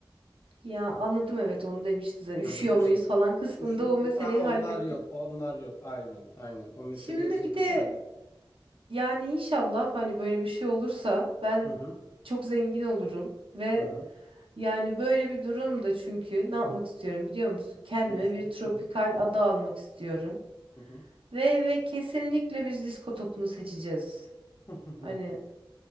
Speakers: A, on the right (about 80°); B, on the left (about 30°).
A: Ya anladım evet onu demişti zaten.
B: Hı
A: Üşüyor
B: hı, O
A: muyuz
B: şekilde.
A: falan kısmında
B: Düşün...
A: o meseleyi
B: Aa,
A: hallettik.
B: onlar yok, onlar yok. Aynen, aynen. O meseleyi
A: Şimdi
B: o şekilde
A: bir de
B: hallet.
A: Yani inşallah hani böyle bir şey olursa ben
B: Hı hı,
A: çok zengin olurum ve
B: hı hı.
A: yani böyle bir durumda çünkü ne yapmak istiyorum biliyor musun? Kendime
B: Nasıl?
A: bir tropikal
B: Hı hı.
A: ada almak istiyorum.
B: Hı hı.
A: Ve ve kesinlikle biz disko topunu seçeceğiz.
B: Hı hı.
A: Hani